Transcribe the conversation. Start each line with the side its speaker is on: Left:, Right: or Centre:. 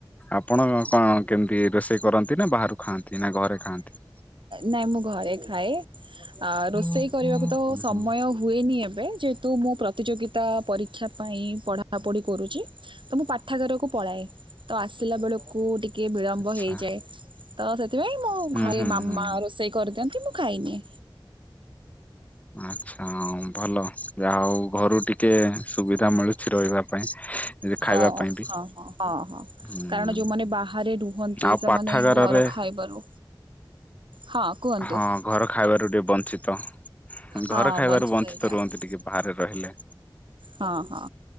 Left: ଆପଣ କଣ କେମିତି ରୋଷେଇ କରନ୍ତି ନା ବାହାରୁ ଖାଆନ୍ତି ନା ଘରେ ଖାଆନ୍ତି।
Right: ନାଇଁ ମୁଁ ଘରେ ଖାଏ ଆ
Left: ହୁଁ
Right: ରୋଷେଇ କରିବାକୁ
Left: ହୁଁ
Right: ତ
Left: ହୁଁ
Right: ସମୟ ହ ହୁଏନି ଏବେ ଯେହେତୁ ମୁଁ ପ୍ରତିଯୋଗିତା ପରୀକ୍ଷା ପାଇଁ ପଢ଼ା ପଢା ପଢି କରୁଛି ତ ମୁଁ ପାଠାଗାରକୁ ପଳାଏ ତ ଆସିଲା ବେଳକୁ କୁ ଟିକେ ବିଳମ୍ବ
Left: ଆଚ୍ଛା
Right: ହେଇଯାଏ ତ ସେଥିପାଇଁ ମୁ
Left: ହୁଁ
Right: ଘରେ
Left: ହୁଁ
Right: ମାମା
Left: ହୁଁ।
Right: ସେଇ କରିଦିଅନ୍ତି ମୁଁ ଖାଇନିଏ।
Left: ଆଛା ଭଲ ଯାହା ହଉ ଘରୁ ଟିକେ ସୁବିଧା ମିଳୁଛି ରହିବା ପାଇଁ। ଯେ ଖାଇବା
Right: ହଁ
Left: ପାଇଁ ବି
Right: ହଁ ହଁ ହଁ ହଁ।
Left: ହୁଁ
Right: କାରଣ ଯୋଉମାନେ ବାହାରେ ରୁହନ୍ତି
Left: ଆଉ
Right: ସେମାନେ
Left: ପାଠାଗାରରେ
Right: ଘର ଖାଇବାରୁ ହଁ। କୁହନ୍ତୁ।
Left: ହଁ ଘର ଖାଇବାରୁ ଟିକେ ବଞ୍ଚିତ।
Right: ହଁ
Left: ଘର ଖାଇବାରୁ ବଞ୍ଚିତ
Right: ହେଇଯାଆନ୍ତି
Left: ରୁହନ୍ତି ଟିକେ ବାହାରେ ରହିଲେ।
Right: ହଁ ହଁ।